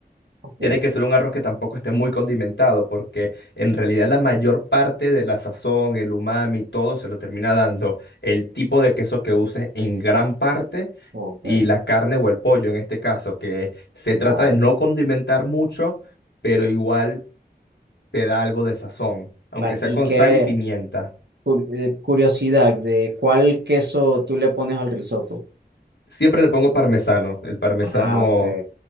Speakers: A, on the right; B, on the left.
A: Ok,
B: tiene que ser un arroz que tampoco esté muy condimentado, porque en realidad la mayor parte de la sazón, el umami, todo se lo termina dando el tipo de queso que uses en gran parte
A: ok.
B: y la carne o el pollo en este caso, que se
A: Vale.
B: trata de no condimentar mucho, pero igual te da algo de sazón, aunque
A: Vale,
B: sea
A: ¿y
B: con
A: qué?
B: sal y pimienta.
A: Cur- eh, curiosidad de cuál queso tú le pones al risotto.
B: Siempre le pongo parmesano, el parmesano
A: Ah, ok.